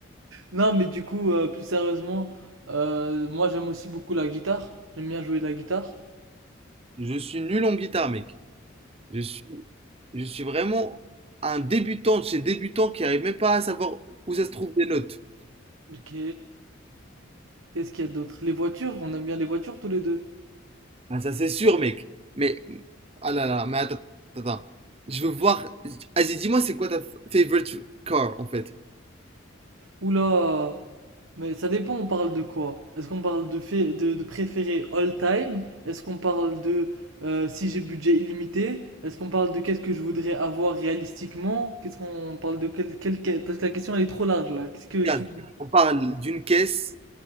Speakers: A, on the right; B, on the right.
A: Non, mais du coup, euh, plus sérieusement, euh, moi j'aime aussi beaucoup la guitare. J'aime bien jouer de la guitare.
B: Je suis nul en guitare, mec. Je suis, je suis vraiment un débutant de chez débutant qui arrive même pas à savoir où ça se trouve des notes.
A: Ok. Qu'est-ce qu'il y a d'autre? Les voitures, on aime bien les voitures tous les deux.
B: Ah, ça c'est sûr, mec. Mais, ah là là, mais attends, attends, attends. Je veux voir. Vas-y, dis-moi, c'est quoi ta f- favorite car, en fait?
A: Oula! Mais ça dépend, on parle de quoi? Est-ce qu'on parle de, fait, de, de préféré all time? Est-ce qu'on parle de euh, si j'ai budget illimité? Est-ce qu'on parle de qu'est-ce que je voudrais avoir réalistiquement? Qu'est-ce qu'on parle de quel, quel, quel- Parce que la question elle est trop large là. Qu'est-ce que
B: Regarde,
A: tu... me-
B: on parle d'une caisse